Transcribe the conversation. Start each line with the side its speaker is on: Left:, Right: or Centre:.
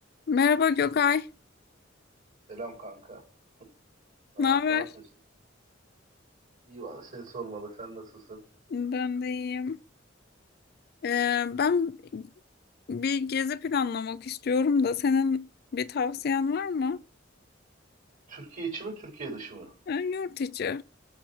Left: Merhaba Gökay.
Right: Selam kanka. Ne,
Left: Ne haber?
Right: ne yapıyorsun? İyi valla seni sormalı. Sen nasılsın?
Left: Ben de iyiyim. Ee, ben bir gezi planlamak istiyorum da senin bir tavsiyen var mı?
Right: Türkiye içi mi, Türkiye dışı mı?
Left: Ee, yurt içi.